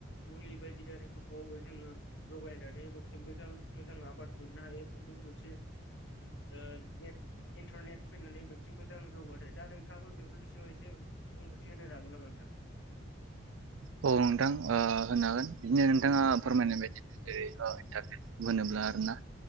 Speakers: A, on the left; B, on the right.
A: मुलि बायदि आरिफोर खौ जोङो जगायनानै मोनसे मोजां मोजां आबाद मोननो हायो बेफोरबो मोनसे ओ नेट इन्टारनेट फैनानै मोनसे मोजां जौगाथाय दा नों नोंथाङाबो बेफोरनि सायाव एसे बुंफोरथि होनो हागोन नामा नोंथां?
B: औ नोंथां आ होनो हागोन। बिदिनो नोंथाङा फोरमायनाय बायदियै जेरैओ इन्टारनेट होनोब्ला आरो ना